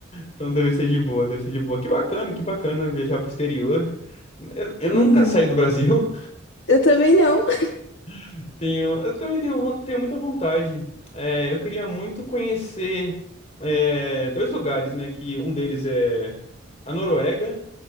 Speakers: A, on the left (about 35°); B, on the left (about 65°).
A: Então deve ser de boa, deve ser de boa. Que bacana, que bacana viajar pro exterior. Eu, eu nunca
B: Uhum.
A: saí do Brasil.
B: Eu também não.
A: <laughs> Tenho, eu também tenho, von- tenho muita vontade. É, eu queria muito conhecer é, dois lugares, né? Que um deles é a Noruega